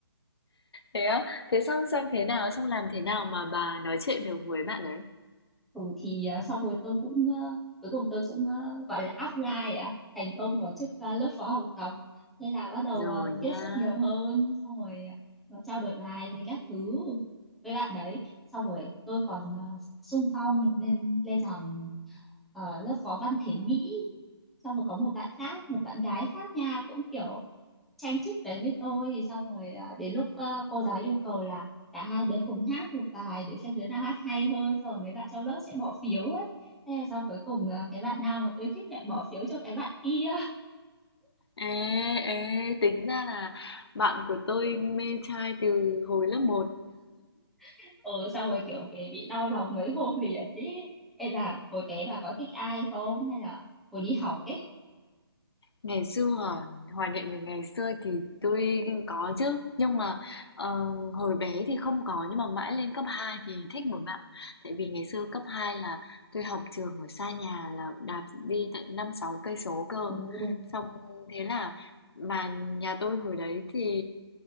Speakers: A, on the left; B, in the centre.
A: Thế á? Thế xong xong thế nào, xong làm thế nào mà bà nói chuyện được với bạn ấy?
B: ừ, thì ờ, xong rồi tôi cũng ờ, cuối cùng tôi cũng ờ, gọi là apply ờ, thành công vào chức ờ, lớp phó học tập thế là bắt đầu
A: Rồi
B: ờ,
A: nha.
B: tiếp xúc nhiều hơn xong rồi ờ, trao đổi bài với các thứ với bạn đấy xong rồi tôi còn uh, xung phong lên lên làm ờ, lớp phó văn thể Mỹ xong rồi có một bạn khác một bạn gái khác nha cũng kiểu tranh chức đấy với tôi xong rồi à, đến lúc ờ, cô giáo yêu cầu là cả hai đứa cùng hát một bài để xem đứa nào hát hay hơn xong rồi mấy bạn trong lớp sẽ bỏ phiếu ấy thế là xong cuối cùng ờ, cái bạn nào mà tôi thích lại bỏ phiếu cho cái bạn kia
A: Ê, ê, tính ra là bạn của tôi mê trai từ hồi lớp một
B: <laughs> ừ xong rồi kiểu về bị đau lòng mấy hôm liền ý Ê là hồi bé là có thích ai không hay là hồi đi học ấy
A: Ngày xưa à, hoài niệm về ngày xưa thì tôi có chứ, nhưng mà ờ, hồi bé thì không có nhưng mà mãi lên cấp 2 thì thích một bạn. Tại vì ngày xưa cấp 2 là tôi học trường ở xa nhà là đạp đi tận 5 6 cây số cơ.
B: ồ
A: Xong thế là mà nhà tôi hồi đấy thì